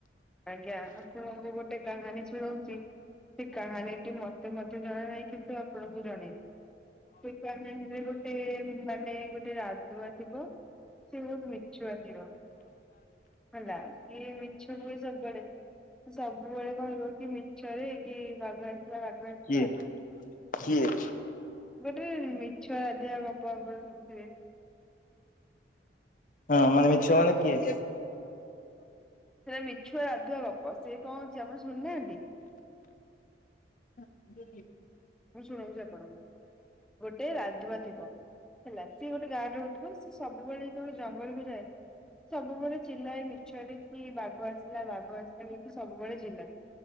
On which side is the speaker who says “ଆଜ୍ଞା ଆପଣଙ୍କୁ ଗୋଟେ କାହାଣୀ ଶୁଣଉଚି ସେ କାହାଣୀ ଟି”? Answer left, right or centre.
Centre